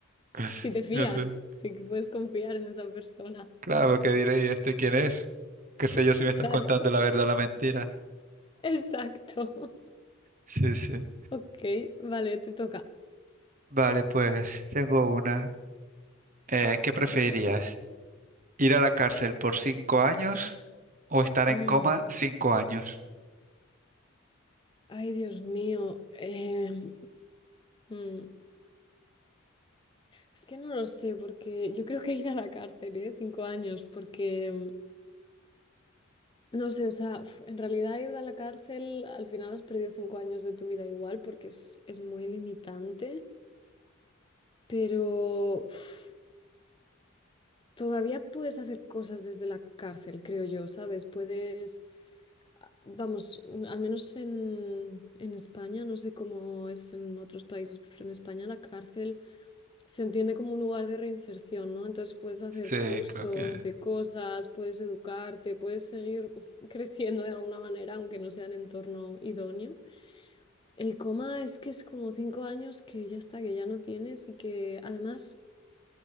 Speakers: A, on the right; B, on the left.
A: <laughs>
B: Si te fías,
A: No sé.
B: si puedes confiar en esa persona.
A: Claro, porque diré, ¿y este quién es? ¿Qué sé
B: Eh,
A: yo si me está
B: Claro,
A: contando la verdad o la mentira?
B: <laughs> exacto. <laughs>
A: Sí, sí.
B: Ok, vale, te toca.
A: Vale, pues tengo una. Eh, ¿qué preferirías? ¿Ir a la cárcel por cinco años o estar
B: Mm,
A: en coma cinco años?
B: Ay, Dios mío. eh, mm, es que no lo sé, porque yo creo que <laughs> ir a la cárcel, ¿eh? Cinco años, porque mm, no sé, o sea, f- en realidad ir a la cárcel, al final has perdido cinco años de tu vida igual, porque es, es muy limitante, pero uf, todavía puedes hacer cosas desde la cárcel, creo yo, ¿sabes? Puedes, vamos, mm, al menos en, en España, no sé cómo es en otros países, pero en España la cárcel. Se entiende como un lugar de reinserción, ¿no? Entonces puedes hacer
A: Sí,
B: cursos
A: creo que...
B: de cosas, puedes educarte, puedes seguir <laughs> creciendo de alguna manera, aunque no sea en entorno idóneo. El coma es que es como cinco años que ya está, que ya no tienes y que además,